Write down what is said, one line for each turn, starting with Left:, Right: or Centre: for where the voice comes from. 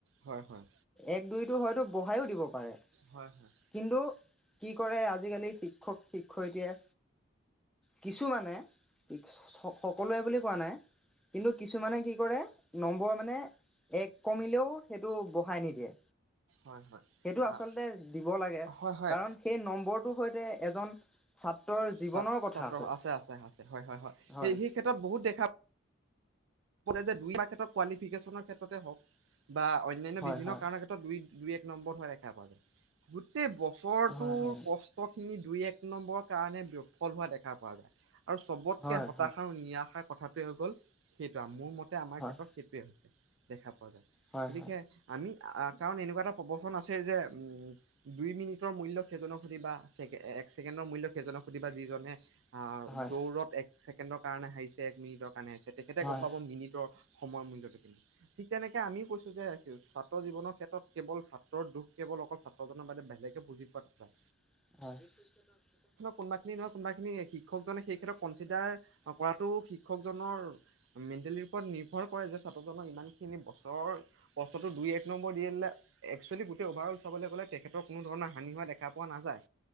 Right: হয় হয়
Centre: এক দুইটো হয়তো বঢ়াই ও দিব পাৰে
Right: হয় হয়
Centre: কিন্তু কি কৰে আজিকালি শিক্ষক শিক্ষয়িত্ৰীয়ে। কিছু মানে কি। সকলোৱে বুলি কোৱা নাই কিন্তু কিছুমানে কি কৰে নম্বৰ মানে এক কমিলেও সেইটো বঢ়াই নিদিয়ে
Right: হয় হয়
Centre: সেইটো আচলতে
Right: আ,
Centre: দিব লাগে
Right: হয় হয়
Centre: কাৰণ সেই নম্বৰটোৰ সৈতে এজন ছাত্ৰৰ জীৱনৰ
Right: ছাত
Centre: কথা
Right: ছাত্ৰ
Centre: আছে
Right: আছে হয় হয় সেই
Centre: হয়।
Right: সেই বহুত দেখা পোৱা যে দুই মাহ ক্ষেত্ৰত কোৱালিফিকেশ্যনৰ ক্ষেত্ৰতে হওঁক বা অনন্যা
Centre: হয়
Right: বিভিন্ন
Centre: হয়
Right: কাৰণৰ ক্ষেত্ৰত দুই দুই এক। নম্বৰ হোৱা দেখা পোৱা যায়। গোটেই বছৰটোৰ
Centre: হয় হয়
Right: কষ্টখিনি। দুই এক নম্বৰৰ কাৰণে বিফল হোৱা দেখা পোৱা যায়। আৰু চবতকে
Centre: হয়
Right: হতাশা আৰু নিৰাশাৰ কথা। কি হৈ গ'ল। সেইটো মোৰ মতে আমাৰ
Centre: হয়
Right: ক্ষেত্ৰত
Centre: হয়
Right: সেইটোৱে হৈছে। দেখা পা যায়
Centre: হয়
Right: গতিকে
Centre: হয়
Right: আমি। কাৰণ এনেকুৱা এটা প্ৰৱচন আছে যে, দুই মিনিটৰ মূল্য সেইজনক সুধিবা, এক ছেকেণ্ডৰ মূল্য সেইজনক সুধিবা, যিজনে অ,
Centre: হয়।
Right: দৌৰত এক ছেকেণ্ডৰ কাৰণে হাৰিছে, এক মিনিটৰ কাৰণে হালিছে। তেতিয়া
Centre: হয়
Right: গম পাব মিনিটৰ সময়ৰ মূল্যটো কিনে, ঠিক তেনেকৈ আমিও কৈছোঁ যে ছাত্ৰ জীৱনৰ ক্ষেত্ৰত কেৱল ছাত্ৰৰ দুখ, কেৱল অকল ছাত্ৰ‌জন নম্বৰটো বেলেগকে বুজি পাইছা।
Centre: অহ, বিশেষ ক্ষেত্ৰত
Right: কোনোবাখিনি নহয় কোনোবাখিনি
Centre: কোনোবাখিনি
Right: শিক্ষকজনে সেই
Centre: নহয়
Right: ক্ষেত্ৰত কনচিডাৰ
Centre: কোনোবাখিনিৰ
Right: কৰাটো শিক্ষকজনৰ
Centre: <unintelligible>
Right: মেণ্টেলিৰ ওপৰত নিৰ্ভৰ কৰে, যে ছাত্ৰজনক ইমানখিনি বছৰৰ-বছৰটো দুই-এক নম্বৰ দি দিলে, এক্সুৱেলি গোটেই অভাৰ-অল চাবলৈ গ'লে তেখেতৰ কোনো ধৰণৰ হা পানী হোৱা দেখা পোৱা নাযায়।